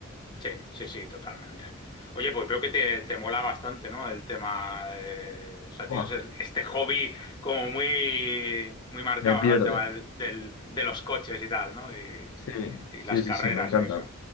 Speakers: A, on the left; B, on the left.
A: Sí, sí, sí, totalmente. Oye, pues veo que te, te mola bastante, ¿no? El tema, eh, o sea,
B: Buah,
A: tienes el- este hobby como muy, muy marcado,
B: me pierde.
A: ¿no? El tema del, del- de los coches y tal, ¿no? Y,
B: Sí,
A: y
B: sí,
A: las
B: sí,
A: carreras
B: sí, me encantan,
A: y eso.